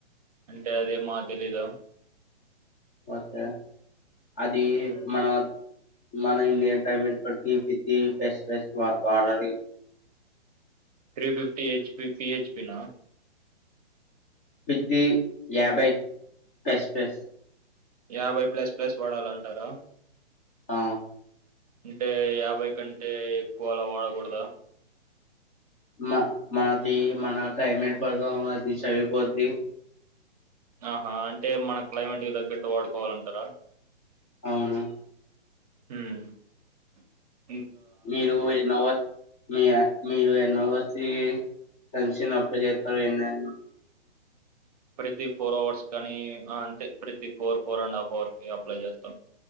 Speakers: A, on the right; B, on the left.
A: అంటే అదీ మాక్ తెలీద
B: ఓకే అది మన మన ఇండియ టైమింగ్స్ బట్టి ఇతి పేస్ ఫస్ట్ వారీ
A: త్రీ ఫిఫటీ ఎచ్పి పిఎచ్పి నా
B: పిత్తి యాభై ప్లస్ ప్లస్
A: యాభై ప్లస్ ప్లస్ వాడాలంటారా
B: ఆ
A: అంటే యాభై కంటే ఎక్కువలా వాడకూడదా
B: మ మనది మన టైమట్ ఎప్పద్దో అది సరిపోద్ది
A: ఆహా అంటే మన క్లైమేట్కి తగ్గట్టు వాడుకోవాలంటారా
B: అవును
A: ఉమ్
B: మీరు ఎన్నోవర్స్ మీ మీరు ఎన్నోవర్స్ సుంస్క్రీన్ అప్లై చేస్తారు ఎన్ని
A: ప్రతి ఫోర్ అవర్స్ కానీ అంతే ప్రతి four four and half hour apply చేస్తాం